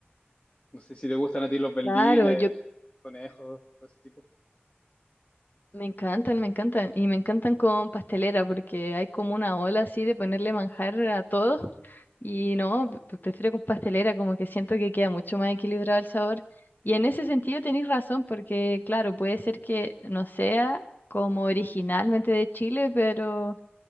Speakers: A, on the left; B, on the left.
A: No sé si te gustan a ti los berlines,
B: Claro, yo
A: conejos, todo ese tipo.
B: Me encantan, me encantan. Y me encantan con pastelera porque hay como una ola así de ponerle manjar a todo. Y no, pre- pre- prefiero con pastelera, como que siento que queda mucho más equilibrado el sabor. Y en ese sentido tenéis razón porque, claro, puede ser que no sea como originalmente de Chile, pero